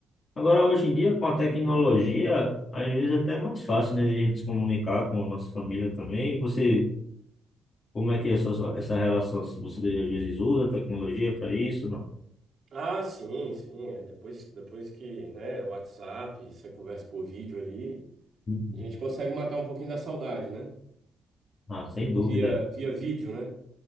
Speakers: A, on the left; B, on the right.
A: Agora, hoje em dia, com a
B: E-
A: tecnologia, às vezes é até é mais fácil, né? De a gente se comunicar com a nossa família também. E Você, como é que é essa, essa relação? Se você, às vezes, usa a tecnologia para isso, não?
B: Ah, sim, sim. é, Depois, depois que, né, WhatsApp, você conversa por vídeo ali,
A: Uhum.
B: a gente consegue matar um pouquinho da saudade, né?
A: Ah, sem dúvida.
B: Via, via vídeo, né?